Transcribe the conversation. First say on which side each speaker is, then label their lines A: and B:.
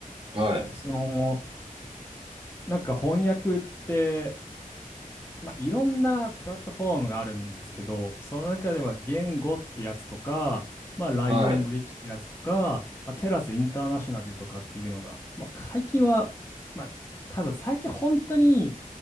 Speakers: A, on the right (about 40°); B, on the left (about 15°).
A: はい。
B: その、なんか翻訳って、まあ、いろんなプラットフォームがあるんですけど、その中では言語ってやつとか、まあ、ライオンブリッジってやつとか、
A: はい。
B: まあ、テラスインターナショナルとかっていうのが、まあ、最近は、まあ、ただ最近本当に